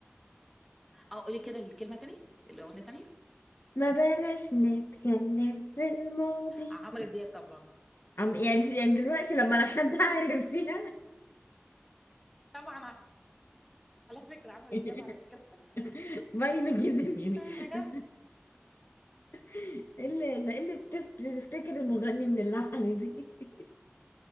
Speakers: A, in the centre; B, on the left.
A: أه قولي كده الكلمة تاني الأغنية تاني
B: ما بلاش نتكلم في الماضي
A: عمرو دياب طبعا
B: عم يعني يعني دلوقتي لما لو حد عرفتيها
A: طبعا على فكرة عمرو دياب
B: <laughs>
A: على فكرة
B: باينة جدا يعني
A: <laughs> بجد
B: <laughs> ايه اللي إيه اللي بتس- بتفتكر المغني من اللحن دي <laughs>